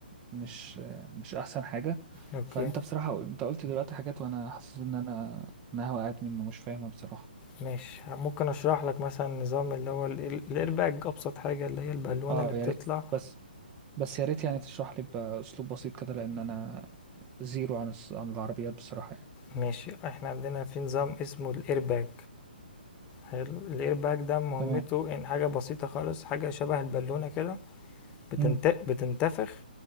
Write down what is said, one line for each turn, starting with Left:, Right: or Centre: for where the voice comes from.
Right: مش مش أحسن حاجة
Left: اوكي
Right: فأنت بصراحة أنت قلت دلوقتي حاجات وأنا حاسس إن أنا إن أنا وقعت منه مش فاهمها بصراحة
Left: ماشي ممكن اشرح لك مثلا نظام اللي هو ال- ال- الايرباج ابسط حاجة اللي هي البالونة
Right: أه
Left: اللي بتطلع
Right: يا ريت بس بس يا ريت يعني تشرح لي بأسلوب بسيط كده لأن أنا زيرو عن الس- عن العربيات بصراحة يعني.
Left: ماشي احنا عندنا في نظام اسمه الايرباج حلو الايرباج ده مهمته
Right: تمام
Left: ان حاجة بسيطة خالص حاجة شبه البالونة كده بتنت...
Right: مم.
Left: بتنتفخ